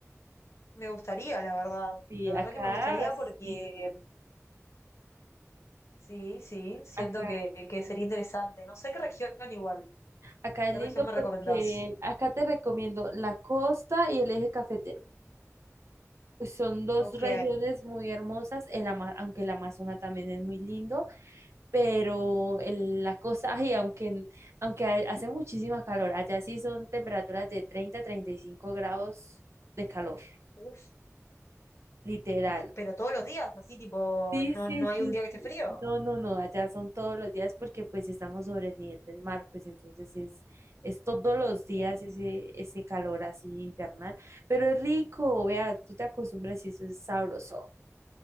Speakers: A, on the left; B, on the right.
A: Me gustaría, la verdad.
B: Sí,
A: La
B: acá
A: verdad que me gustaría
B: es
A: porque
B: divino.
A: sí, sí, siento
B: Acá,
A: que, que sería interesante. No sé qué región igual.
B: acá
A: ¿Qué
B: es lindo
A: región me recomendás?
B: porque acá te recomiendo la costa y el eje cafetero. Pues Son dos
A: Ok.
B: regiones muy hermosas, el ama- aunque el Amazonas también es muy lindo. pero el- la cosa, ay, aunque, aunque ha- hace muchísima calor, allá sí son temperaturas de 30 a 35 grados de calor,
A: Uf.
B: literal.
A: Uf, pero todos los días, así tipo,
B: Sí,
A: no,
B: sí,
A: no
B: sí,
A: hay un día que esté
B: sí.
A: frío.
B: No, no, no, allá son todos los días porque pues estamos sobre el nivel del mar, pues entonces es, es todos los días
A: Uf,
B: ese, ese calor así infernal, pero es rico, vea, tú te acostumbras y eso es sabroso.